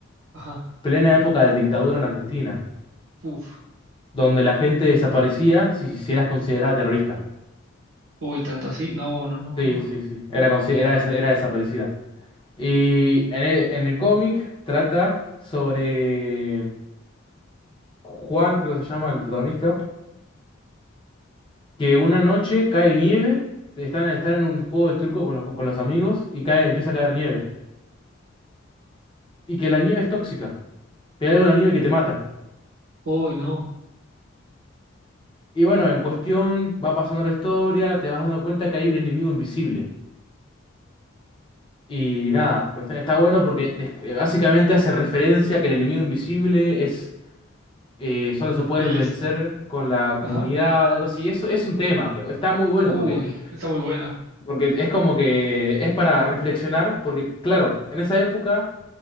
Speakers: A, on the right; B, on the left.
A: ajá,
B: plena época de dictadura en Argentina,
A: puf,
B: donde la gente desaparecía si, si eras considerada terrorista.
A: uy, tanto así, no, no, no,
B: Sí,
A: no,
B: sí, sí. Era, consi- era, desa- era desaparecida. Y en el, en el cómic trata sobre Juan, creo que se llama el protagonista, que una noche cae nieve, están, están en un juego de truco con los, con los amigos y cae, empieza a caer nieve. Y que la nieve es tóxica, que hay algo en la nieve que te mata.
A: uy, no,
B: Y bueno, en cuestión va pasando la historia, te vas dando cuenta que hay un enemigo invisible. Y nada, cuestión está bueno porque des- básicamente hace referencia a que el enemigo invisible es eh, solo se pueden
A: el,
B: vencer
A: es-
B: con la comunidad,
A: ajá.
B: algo así. Eso es un tema, pero está muy bueno
A: Uy,
B: porque,
A: está muy bueno.
B: porque es como que es para reflexionar, porque claro, en esa época,